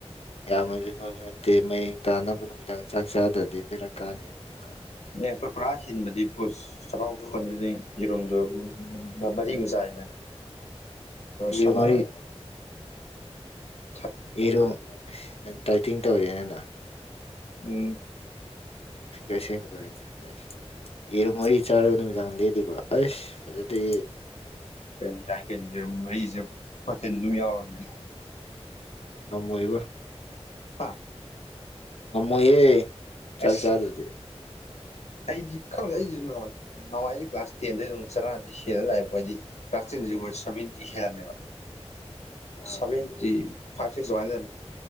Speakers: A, on the left; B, on the left.
A: ꯑꯌꯥꯝꯅꯁꯨ ꯅꯣꯏꯕ ꯅꯠꯇꯦ ꯃꯌꯦꯡ ꯇꯥꯅꯕ ꯅꯨꯃꯤꯗꯥꯡ ꯆꯥꯛ ꯆꯥꯗ꯭ꯔꯗꯤ ꯄꯤꯔꯛꯀꯥꯟꯗꯅꯕ꯭ꯔꯥ
B: ꯑꯦꯣꯏ ꯄꯨꯔꯥ ꯍꯤꯟꯕꯗꯤꯣ ꯆꯀꯥꯎꯊꯄꯅꯤꯅꯤ ꯌꯦꯔꯨꯝꯗꯣ ꯃꯔꯤ ꯃ ꯆꯥꯏꯅ
A: ꯏꯔꯨ
B: ꯁꯥꯂ
A: ꯃꯔꯤ
B: ꯊ
A: ꯏꯔꯣ ꯅꯪ ꯇꯥꯏꯇꯤꯡ ꯇꯧꯔꯦꯅꯦꯅ
B: ꯎꯝ
A: ꯐꯤꯒꯔ ꯁꯦꯝꯒꯗꯧꯔꯦꯁꯦ ꯌꯦꯔꯨꯝ ꯃꯔꯤ ꯆꯥꯔꯒ ꯅꯨꯃꯤꯗꯥꯡꯗ ꯕ ꯑꯁ ꯐꯖꯗꯦ
B: ꯀꯦꯅꯤ ꯇꯥ ꯀꯦꯅꯤꯔ ꯃꯔꯤꯁꯦ ꯐꯣꯇꯤꯟ ꯑꯗꯨꯝ ꯌꯥꯎꯔꯕꯝꯅꯦ
A: ꯉꯝ ꯑꯣꯏꯕ
B: ꯍꯥꯥ
A: ꯃꯃꯣ ꯍ ꯆꯥꯛ
B: ꯑꯩꯁ
A: ꯆꯥꯗꯗꯤ
B: ꯑꯩꯗꯤ ꯈꯪꯗꯛꯏꯁꯦ ꯅꯅꯨꯡꯉꯥꯏꯖꯦ ꯀ꯭ꯂꯥꯁ ꯇꯦꯟꯗꯩ ꯑꯗꯨꯝ ꯆꯔꯥꯗꯤ ꯍꯦꯟꯅ ꯂꯥꯛꯑꯦꯕꯣꯏꯗꯤ ꯀꯥꯁꯇꯤꯟ
A: ꯎꯝ
B: ꯖ ꯁ ꯃꯤꯤ ꯍꯦꯔꯅꯦꯕ
A: ꯑꯥ
B: ꯁꯚꯦꯟꯇꯤ ꯐꯥꯏꯚ ꯁꯤꯁ ꯋꯥꯟꯅꯦ